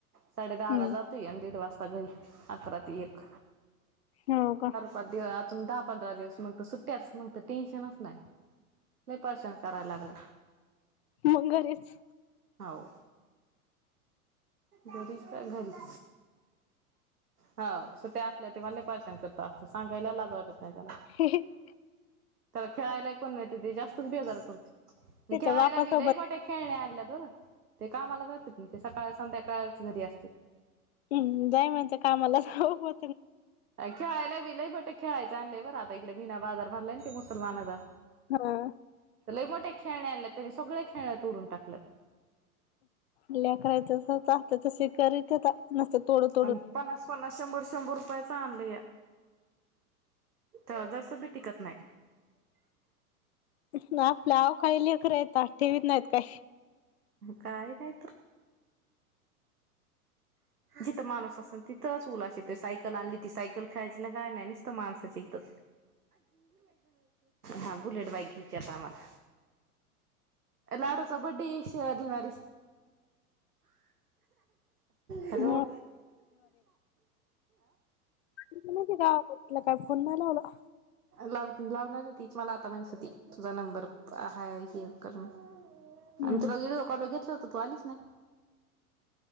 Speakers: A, on the right (about 80°); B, on the left (about 45°).
A: साडे
B: हम्म
A: दहा ला जात तय आन दीड वाजता घरी अकरा ते एक.
B: हो का?
A: पद्य अजून दहा पंधरा दिवस मग सुट्ट्याच मग तर टेन्शनच नाय. लय परशान कराय लागला.
B: मंग घरीच.
A: हाव. घरीच काय घरीच हाव सुट्ट्या ते मला परशान करत असत सांगायला ला लाज वाटत नाही त्याला.
B: <inaudible>
A: तेला खेळायला ही कोण नाही त ते जास्तच बेजार करतय
B: त्याच्या
A: खेळायला
B: बापासोबत
A: बि लई बट्या खेळणे आणल्या त ते कामाला जातात ते सकाळ संध्याकाळच घरी असते.
B: हम्म जाईनात कामाला जाऊ हो
A: खेळायला बि लय बट खेळायचं आणलंय बर आता इकडे मीना बाजार भरलाय ते मुसलमानाचा.
B: हां.
A: त लय मोठ्या खेळणे आणले तेनी सगळं खेळणे तोडून टाकलं.
B: लेकरं हाईत तस <unintelligible> नसत तोड
A: अन पन्नास- पन्नास शंभर- शंभर रुपयाच आणले या. तर जरस भी टिकत नाय.
B: <unintelligible> काही लेकरं येता ठेवीत नाहीत काय.
A: काय नाहीत. जिथं माणूस असल तिथंच उलाशीत सायकल आणली ती सायकल खेळायची ना काय नाय नसत माणसाच्या इथं. हा बुलेट बाईक घ्यायची आता आम्हाला. लाडो चा बड्डे ये शनिवारी. हॅलो
B: ह
A: आ?
B: <unintelligible> कुटलं काय फोन नाही लावला.
A: लाव लावणार ये तीच मला आता म्हणत होती तुझा नंबर हा ह करून
B: हम्म
A: आमी तुला इडीओ काल घेतल होत तू आलीच नाय.